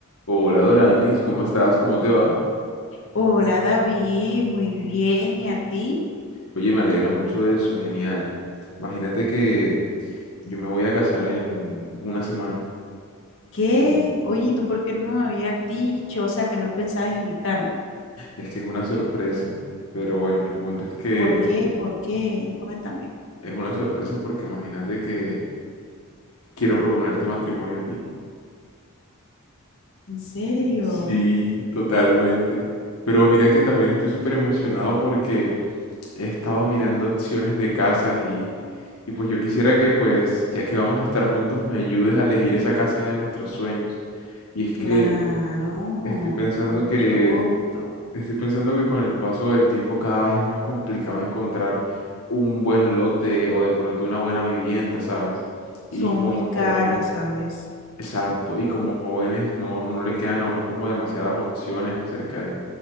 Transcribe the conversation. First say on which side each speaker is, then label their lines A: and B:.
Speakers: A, on the left; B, on the left.
A: Hola Doranis, ¿cómo estás? ¿Cómo te va?
B: Hola David, muy bien. ¿Y a ti?
A: Oye, me alegra mucho eso, genial. Imagínate que yo me voy a casar en una semana.
B: ¿Qué?
A: Y
B: Oye, ¿y tú por qué no me habías dicho? O sea, que no pensabas invitarme.
A: Es que es una sorpresa, pero bueno, el punto es que
B: ¿Por qué? ¿Por qué? Cuéntame.
A: es una sorpresa porque imagínate que quiero proponerte matrimonio a ti.
B: ¿En serio?
A: Sí, totalmente. Pero mira que también estoy súper emocionado porque he estado mirando opciones de casas y, y pues yo quisiera que pues, ya que vamos a estar juntos, me ayudes a elegir esa casa de nuestros sueños. Y es
B: Claro,
A: que estoy pensando
B: con mucho
A: que,
B: gusto.
A: estoy pensando que con el paso del tiempo cada vez es más complicado encontrar un buen lote o de pronto una buena vivienda, ¿sabes? Y
B: Son
A: como
B: muy caras,
A: jóvenes,
B: ¿sabes?
A: Exacto, y como jóvenes no, no le quedan a uno como demasiadas opciones acerca de